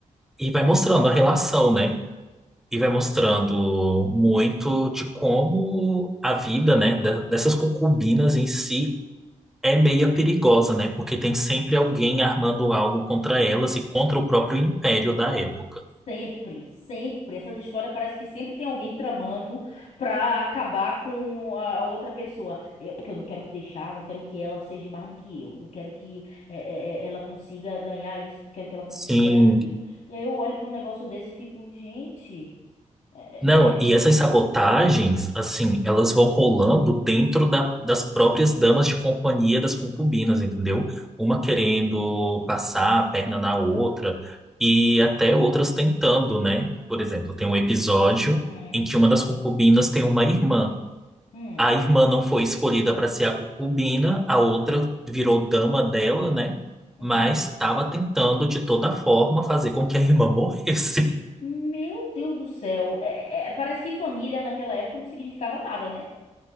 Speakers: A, in the centre; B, on the left.
A: e vai mostrando a relação, né? E vai mostrando muito de como a vida, né, da- dessas concubinas em si é meia perigosa, né? Porque tem sempre alguém armando algo contra elas e contra o próprio império da época.
B: Sempre, sempre. Essas histórias parece que sempre tem alguém tramando pra acabar com a outra pessoa. Eu- porque eu não quero deixar, não quero que ela seja mais do que eu. Não quero que é, é, é, ela consiga ganhar isso, não quero que ela consiga
A: Sim.
B: ganhar aquilo. E aí eu olho pra um negócio desse e fico, gente. É,
A: Não,
B: é,
A: e
B: é,
A: essas sabotagens, assim, elas vão rolando dentro da- das próprias damas de companhia das concubinas, entendeu? Uma querendo passar a perna na outra e até outras tentando, né? Por exemplo, tem um episódio
B: uhum,
A: em que uma das concubinas tem uma irmã.
B: hum,
A: A irmã não foi escolhida para ser a concubina, a outra virou dama dela, né?
B: hum.
A: Mas estava tentando de toda forma fazer com que a irmã morresse.
B: Meu Deus do céu. É- é- é- parece que família naquela época não significava nada, né?